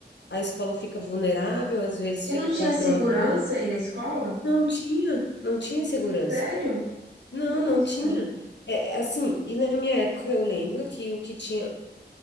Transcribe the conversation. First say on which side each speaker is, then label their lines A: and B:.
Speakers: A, on the left; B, on the right.
A: A escola fica vulnerável, às vezes
B: E
A: fica
B: não tinha
A: o portão
B: segurança
A: aberto.
B: aí na escola?
A: Não tinha, não tinha segurança.
B: Sério?
A: Não,
B: Nossa.
A: não tinha. É, assim, e na minha época eu lembro que o que tinha